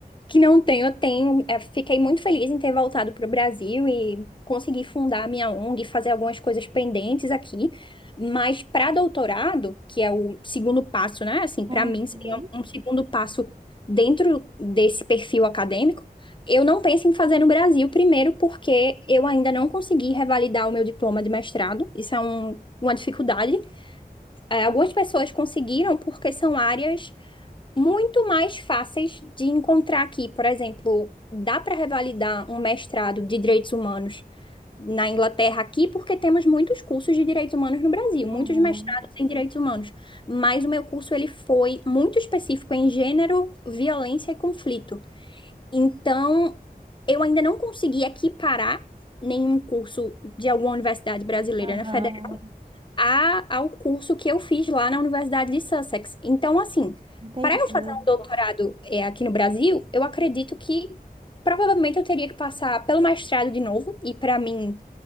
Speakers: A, on the left (about 30°); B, on the right (about 35°).
A: que não tenho, eu tenho. É, fiquei muito feliz em ter voltado para o Brasil e conseguir fundar a minha ONG, fazer algumas coisas pendentes aqui. Mas para doutorado, que é o segundo passo, né? Assim,
B: Uhum,
A: para mim seria um segundo passo dentro desse perfil acadêmico. Eu não penso em fazer no Brasil, primeiro porque eu ainda não consegui revalidar o meu diploma de mestrado. Isso é um- uma dificuldade é, algumas pessoas conseguiram porque são áreas muito mais fáceis de encontrar aqui. Por exemplo, dá para revalidar um mestrado de direitos humanos na Inglaterra aqui, porque temos muitos cursos de direitos humanos no Brasil, muitos
B: uhum.
A: mestrados em direitos humanos. Mas o meu curso ele foi muito específico em gênero, violência e conflito. Então, eu ainda não consegui equiparar nenhum curso de alguma universidade brasileira,
B: Aham,
A: né, federal a- ao curso que eu fiz lá na Universidade de Sussex. Então, assim,
B: Entendi.
A: para eu fazer um doutorado é, aqui no Brasil, eu acredito que provavelmente eu teria que passar pelo mestrado de novo, e para mim